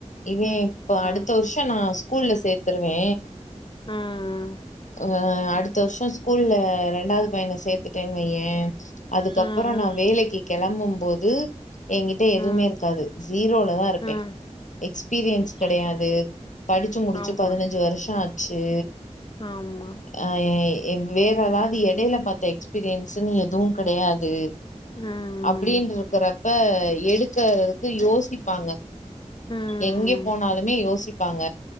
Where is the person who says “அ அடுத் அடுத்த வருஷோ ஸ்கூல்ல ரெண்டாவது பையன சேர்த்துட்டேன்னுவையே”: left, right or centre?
Left